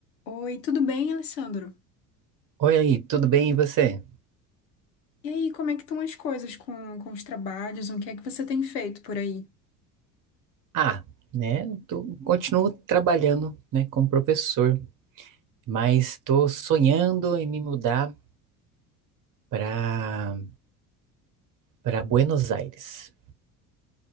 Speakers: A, on the left; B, on the right.
A: Oi, tudo bem, Alessandro?
B: Oi, aí, tudo bem e você?
A: E aí, como é que estão as coisas com, com os trabalhos? O que é que você tem feito por aí?
B: Ah, né, tô, continuo trabalhando, né, como professor, mas estou sonhando em me mudar para para Buenos Aires.